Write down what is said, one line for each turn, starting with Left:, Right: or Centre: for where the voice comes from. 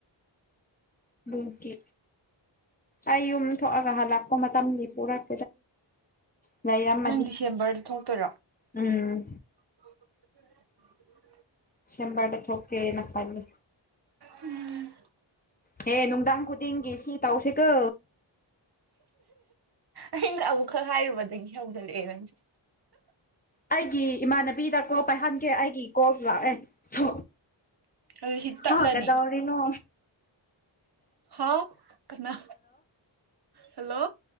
Left: ꯨꯝꯀꯤ ꯑꯩ ꯌꯨꯝ ꯊꯣꯛꯑꯒ ꯍꯜꯂꯛꯄ ꯃꯇꯝꯗ ꯄꯨꯔꯛ <unintelligible> ꯌꯥꯏꯔꯝꯃꯗꯤ
Right: ꯅꯪ ꯗꯤꯁꯦꯝꯕꯔꯗ ꯊꯣꯛꯇꯣꯏꯔꯣ
Left: ꯎꯝ
Right: <unintelligible>
Left: ꯁꯦꯝꯝꯕꯗ ꯊ ꯊꯣꯛꯀꯦꯅ ꯐꯜꯦ
Right: ꯎꯝ
Left: ꯍꯦ ꯅꯨꯡꯗꯥꯡ ꯈꯨꯗꯤꯡꯒꯤꯦ ꯁꯤ ꯇꯥꯎꯁꯦ ꯀ
Right: ꯑꯩꯅ ꯑꯃꯨꯛꯈꯛ ꯍꯥꯏꯔꯨꯕꯗꯒꯤ ꯍꯧꯒꯠꯂꯛꯑꯦ ꯅꯪꯁꯦ
Left: ꯑꯩꯒꯤ ꯏꯃꯥꯟꯅꯕꯤꯗ ꯀꯣ ꯄꯥꯏꯍꯟꯒꯦ ꯑꯩꯒꯤ ꯀꯣ ꯂꯥꯛꯑꯦ ꯁꯣ
Right: ꯑꯗꯨ ꯁꯤ ꯇꯠꯂꯅꯤ
Left: ꯍ ꯀꯦꯗꯥꯎꯔꯤꯅꯣ
Right: ꯍꯥꯎ ꯀꯅꯥ ꯍꯜꯂꯣ